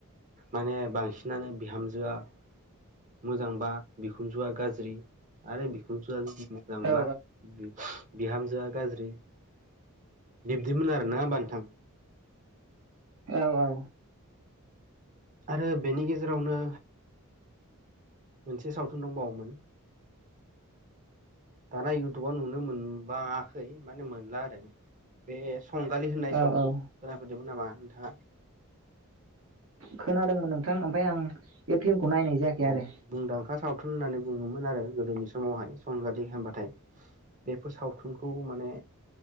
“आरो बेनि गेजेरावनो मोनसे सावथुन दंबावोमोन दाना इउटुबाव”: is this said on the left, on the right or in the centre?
Right